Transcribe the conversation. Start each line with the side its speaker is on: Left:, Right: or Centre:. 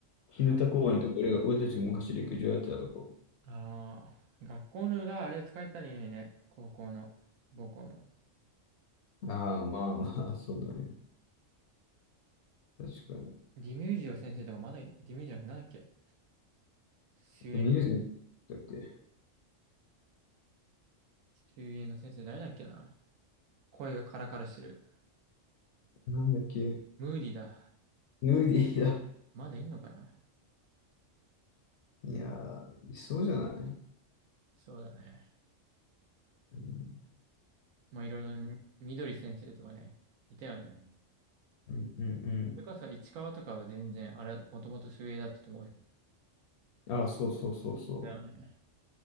Left: 日向公園とか、
Right: が、
Left: 俺が、俺たちが昔陸上やってたとこ。
Right: ああ、学校の裏、あれ使えたらいいのにね。高校の、母校の。
Left: ああ、まあまあ、そうだね。確かに。
Right: ディミュージオ先生とかまだい、ディミュージオななんだっけ水泳の、
Left: で、ミュージッだっけ
Right: 水泳の先生誰だっけな声がカラカラしてる。
Left: なんだっけ、
Right: ムーディだ。
Left: ヌーディーだ。
Right: まだいんのかな
Left: いやー、いそうじゃない、
Right: そうだね。
Left: うん、
Right: まあいろいろ、みどり先生とかね、いたよね。
Left: うん、うん。うん
Right: それこそ市川とかは全然、あれ、もともと水泳だったと思うよ。
Left: あ、そうそうそうそ
Right: だよね。